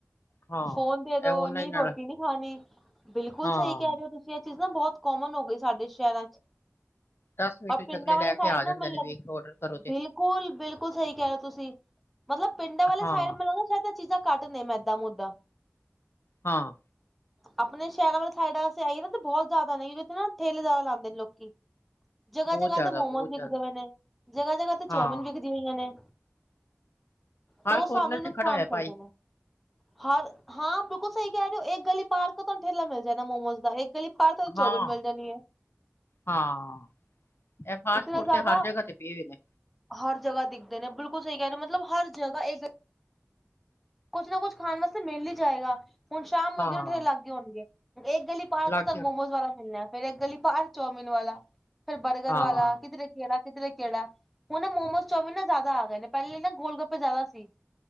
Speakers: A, on the left; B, in the centre.
A: ਹਾਂ
B: ਫੋਨ ਦੇ ਦਿਉ
A: ਇਹ ਔਨਲਾਈਨ
B: ਨੀ
A: ਨਾਲ
B: ਰੋਟੀ ਨੀ ਹਾਂਜੀ ਬਿਲਕੁਲ
A: ਹਾਂ,
B: ਸਹੀ ਕਹਿ ਰਹੇ ਹੋ ਤੁਸੀਂ ਇਹ ਚੀਜਾਂ ਨਾ ਬਹੁਤ ਕੋਮਨ ਹੋ ਗਈ ਸਾਡੇ ਸ਼ਹਿਰਾਂ ਚ।
A: ਦਸ ਮਿੰਟ
B: ਔਰ
A: ਚ
B: ਪਿੰਡਾਂ
A: ਅਗਲੇ
B: ਵਾਲੇ
A: ਲੈ
B: ਸਾਈਡ
A: ਕੇ ਆ
B: ਨਾ
A: ਜਾਂਦੇ
B: ਮੈਨੂੰ
A: ਨੇ
B: ਲੱਗਦਾ
A: ਬਈ ਇਕ ਔਡਰ ਕਰੋ। ਤੇ
B: ਬਿਲਕੁਲ ਬਿਲਕੁਲ ਸਹੀ ਕਹਿ ਰਹੇ ਹੋ ਤੁਸੀਂ ਮਤਲਬ ਪਿੰਡਾਂ ਵਾਲੇ
A: ਹਾਂ।
B: ਸਾਈਡ ਮੈਨੂੰ ਲੱਗਾ ਸ਼ਾਇਦ ਚੀਜ਼ਾਂ ਘੱਟ ਨੇ ਮੈਂਦਾਂ ਮੁਦਾ।
A: ਹਾਂ।
B: ਆਪਣੇ ਸ਼ਹਿਰਾਂ ਵਾਲੀ ਸਾਈਡ ਵੇ ਆਈ ਨਾ ਤੇ ਬਹੁਤ ਜ਼ਿਆਦਾ ਨੇ ਜੇ ਉੱਥੇ ਨਾ ਠੇਲੇ ਜ਼ਿਆਦਾ ਲਾਂਦੇ ਲੋਕੀ। ਜਗ੍ਹਾ
A: ਬਹੁਤ
B: ਜਗ੍ਹਾ
A: ਜ਼ਿਆਦਾ
B: ਤੇ ਮੋਮੋਸ
A: ਬਹੁਤ
B: ਵਿਕਦੇ
A: ਜ਼ਿਆਦਾ
B: ਪਏ ਨੇ। ਜਗ੍ਹਾ ਜਗ੍ਹਾ ਤੇ ਚੌਮਿਨ
A: ਹਾਂ,
B: ਵਿਕਦੀਆਂ ਪਈਆਂ ਨੇ।
A: ਹਰ
B: ਤੇ ਉਹ
A: ਕੋਰਨਰ
B: ਸਾਨੂੰ ਨੁਕਸਾਨ
A: ਤੇ ਖੜਾ ਹੈ ਭਾਈ
B: ਕਰਦੇ ਨੇ। ਹਰ ਹਾਂ ਬਿਲਕੁਲ ਸਹੀ ਕਹਿ ਰਹੇ ਹੋ। ਇੱਕ ਗੱਲੀ ਪਾਰ ਕੇ ਤੁਹਾਨੂੰ ਠੇਲਾ ਮਿਲ ਜਾਏਣਾ ਮੋਮੋਜ਼ ਦਾ। ਗੱਲੀ ਪਾਰ ਤੁਹਾਨੂੰ ਚੌਮੀਨ
A: ਹਾਂ।
B: ਮਿਲ ਜਾਣੀ ਹੈ।
A: ਹਾਂ ਇਹ ਫਾਸਟ
B: ਇਤਨਾ
A: ਫੂਡ
B: ਜ਼ਿਆਦਾ
A: ਤੇ ਹਰ ਜਗ੍ਹਾ ਤੇ ਪਏ ਹੋਏ ਨੇ।
B: ਹਰ ਜਗ੍ਹਾ ਦਿਖਦੇ ਨੇ ਬਿਲਕੁਲ ਸਹੀ ਕਹਿ ਰਹੇ ਮਤਲਬ ਹਰ ਜਗ੍ਹਾ ਇਕ। ਕੁੱਛ ਨਾ ਕੁਛ ਖਾਣ ਵਾਸਤੇ ਮਿਲ ਹੀ ਜਾਏਗਾ ਹੁਣ ਸ਼ਾਮ ਹੋ
A: ਹਾਂ
B: ਗਏ ਨਾ ਠੇਲੇ ਲੱਗ ਗਏ ਹੋਣਗੇ ਗੱਲੀ ਪਾਰਕ
A: ਲਾਗੇ
B: ਕੋਲ ਤਾਂ ਤੁਹਾਨੂੰ
A: ਹੋਣੇ
B: ਮੋਮੋਜ਼ ਵਾਲਾ ਮਿਲਣਾ ਫੇਰ ਗੱਲੀ ਪਾਰ ਚੋਮਿਨ ਵਾਲਾ, ਫੇਰ ਬਰਗਰ
A: ਹਾਂ।
B: ਵਾਲਾ ਕਿੱਧਰੇ ਕਿਹੜਾ ਕਿਧਰੇ ਕਿਹੜਾ ਹੁਣ ਨਾ ਮੋਮੋਸ, ਚੋਮਿਨ ਨਾ ਜ਼ਿਆਦਾ ਆ ਗਏ ਨੇ ਪਹਿਲੇ ਨਾ ਗੋਲ ਗੱਪੇ ਜ਼ਿਆਦਾ ਸੀ।